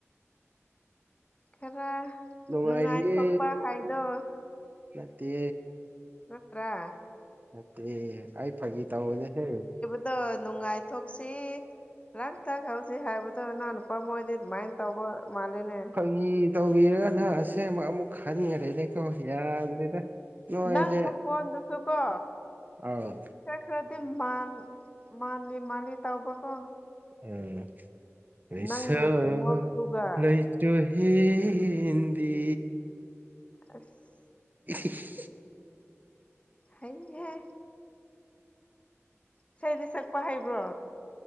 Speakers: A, on the left (about 25°); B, on the right (about 40°).
A: ꯈꯔ
B: ꯅꯨꯡꯉꯥꯏꯔꯤꯌꯦ
A: ꯅꯨꯡꯉꯥꯏꯊꯣꯛꯄ ꯍꯥꯏꯗꯣ
B: ꯅꯠꯇꯦ
A: ꯅꯠꯇꯔ꯭ꯥ
B: ꯅꯠꯇꯦ ꯑꯩ ꯐꯥꯒꯤ ꯇꯧꯕꯅꯦꯍꯦ
A: ꯑꯗꯣ ꯅꯨꯡꯉꯥꯏꯊꯣꯛꯁꯤ ꯂꯥꯡ ꯊꯣꯛꯍꯧꯁꯤ ꯍꯥꯏꯕꯗꯣ ꯏꯅꯥꯎ ꯅꯨꯄꯥ ꯃꯣꯏ ꯗꯤ ꯑꯗꯨꯃꯥꯏꯅ ꯇꯧꯕ ꯃꯥꯂꯦꯅꯦ
B: ꯎꯝ ꯇꯧꯕꯤꯔꯒ ꯅꯪ ꯑꯁꯦꯡꯕ ꯑꯃꯨꯛ ꯈꯟꯈꯔ꯭ꯦꯅꯦꯀꯣ ꯌꯥꯗ꯭ꯔꯦꯗ ꯅꯣꯏꯁꯦ
A: ꯅꯪ ꯃꯈꯣꯟꯗꯨꯁꯨ ꯀꯣ
B: ꯑꯥꯎ
A: ꯈꯔ ꯈꯔꯗꯤ ꯃꯥꯟ ꯃꯥꯟꯂꯤ ꯃꯥꯟꯂꯤ ꯇꯧꯕꯀꯣ
B: ꯎꯝ ꯂꯩꯁꯛ
A: ꯅꯪꯒꯤ ꯈꯨꯅꯣꯛꯇꯨꯒ
B: ꯂꯩ ꯆꯨ ꯍꯦꯟꯕꯤ
A: ꯑꯁ
B: <unintelligible>
A: ꯍꯩꯍꯦ ꯏꯁꯩꯗꯤ ꯁꯛꯄ ꯍꯩꯕ꯭ꯔꯣ